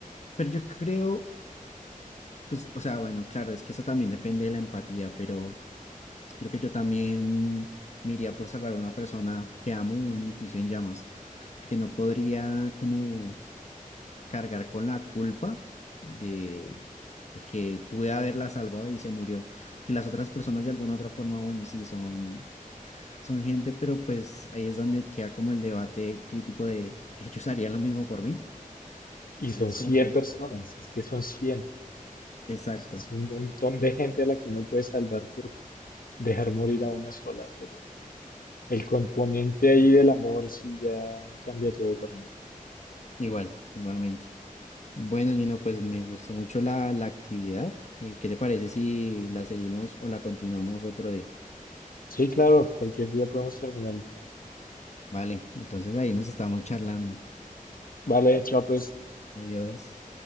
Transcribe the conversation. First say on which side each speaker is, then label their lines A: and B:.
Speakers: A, on the left; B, on the left.
A: Pero yo creo, pues, o sea, bueno, claro, es que eso también depende de la empatía, pero creo que yo también me iría por salvar a una persona que amo de un edificio en llamas, porque no podría como cargar con la culpa de, de que pude haberla salvado y se murió, porque las otras personas de alguna otra forma, bueno, sí, son, son gente, pero pues ahí es donde queda como el debate crítico de, ¿ellos harían lo mismo por mí?
B: Y
A: Entonces,
B: son cien
A: como que...
B: personas, es que son 100.
A: Exacto,
B: Es un montón de gente a la que uno puede salvar por dejar morir a una sola, pero El componente ahí del amor sí ya cambia todo para mí.
A: igual, igualmente. Bueno, Gino, pues me gustó mucho la, la actividad. Eh, ¿qué te parece si la seguimos o la continuamos otro día?
B: Sí, claro, cualquier día podemos terminarla.
A: Vale, entonces ahí nos estamos charlando.
B: Vale, chao pues.
A: Adiós.